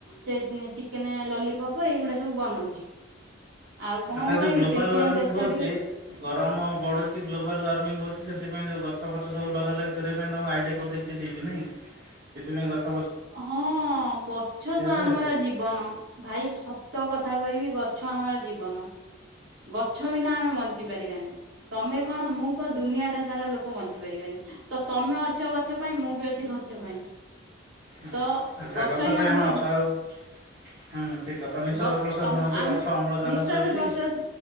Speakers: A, on the right; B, on the right.
A: ସେ ଉଁ, ଚିକେନେ ଲଲିପପ ଏଇଗୁଡା ସବୁ ବନଉଚି। ଆଉ କଣ
B: ଆଚ୍ଛା ଏ
A: କରିବି
B: ଯୋଉ ଗ୍ଲୋବାଲ
A: ସେଇଥିପାଇଁ
B: ୱାର୍ମିଂ
A: ବ୍ୟସ୍ତ
B: ହଉଛି
A: ଟିକେ।
B: ଗରମ ବଢୁଛି ଗ୍ଲୋବାଲ୍ ୱାର୍ମିଙ୍ଗ ହଉଛି ସେଥିପାଇଁ ଯୋଉ ଗଛ ଫଛ ସବୁ ଲଗା ଲଗି କରିବା ପାଇଁ ତୋମକୁ ଆଇଡିଆ କିଉ ଦେଇ କିଏ ଦେଇଚି ନାଇଁ ସେଥିପାଇଁ ଗ
A: ହଁ ଗଛ ତ
B: ପାଇଁ
A: ଆମର
B: ଆଉ।
A: ଜୀବନ। ଭାଇ ସତ କଥା କହିବି ଗଛ ଆମର ଜୀବନ। ଗଛ ବିନା ଆମେ ବଞ୍ଚି ପାରିବାନି। ତୋମେ କଣ ମୁଁ କଣ ଦୁନିଆ ଟା ସାରା ଲୋକ ବଞ୍ଚି ପାରିବନି। ତ ତୋମେ ଅଛ ଗଛ ପାଇଁ। ମୁଁ ବି ଅଛି ଗଛ ପାଇଁ।
B: ହଁ
A: ତ
B: ଆଚ୍ଛା ଗଛ
A: ହିଁ
B: ପାଇଁ
A: ଆମକୁ
B: ଆମେ ଅଛୁ ଆଉ ହୁଁ, ଠିକ କଥା ନିଃଶ୍ୱାସ
A: ଗ
B: ପ୍ରଶ୍ବାସ
A: ତମେ
B: ନଉଚେ
A: ଆମେ
B: ଗଛ ଅମ୍ଳଜାନ
A: ନିଶ୍ଵାସ
B: ଦଉଛି।
A: ପ୍ରଶ୍ଵାସ